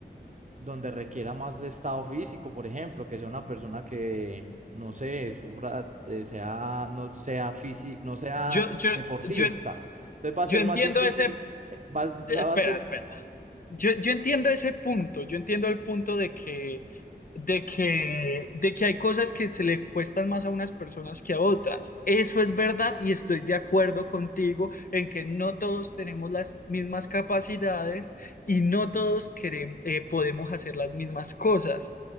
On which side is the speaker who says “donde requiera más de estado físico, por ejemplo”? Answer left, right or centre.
Right